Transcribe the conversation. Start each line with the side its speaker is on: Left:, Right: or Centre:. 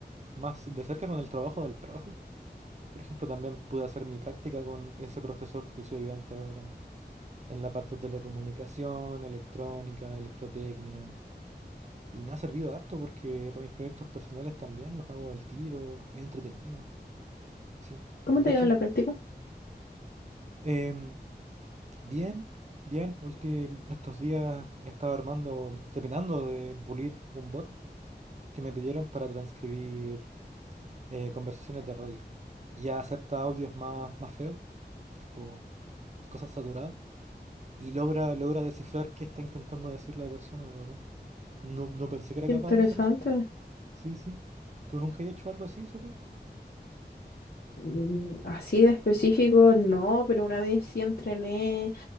Right: más de cerca con el trabajo del profe. Por ejemplo, también pude hacer mi práctica con ese profesor que soy ayudante ahora en la parte de telecomunicación, electrónica, electrotecnia. Y me ha servido harto porque para mis proyectos personales también los hago al tiro, es entretenido. Sí.
Left: ¿Cómo
Right: De
Left: te
Right: hecho,
Left: ha ido en la práctica?
Right: em, bien, bien, ulti- estos días he estado armando, terminando de pulir un bot que me pidieron para transcribir eh, conversaciones de radio. Ya acepta audios más, más feos, tipo cosas saturadas, y logra, logra descifrar qué está intentando decir la persona, bacán. No, no pensé que era
Left: Interesante.
Right: capaz de hacer eso. Sí, sí. ¿Tú nunca has hecho algo así, supongo?
Left: Mm, Así de específico, no, pero una vez sí entrené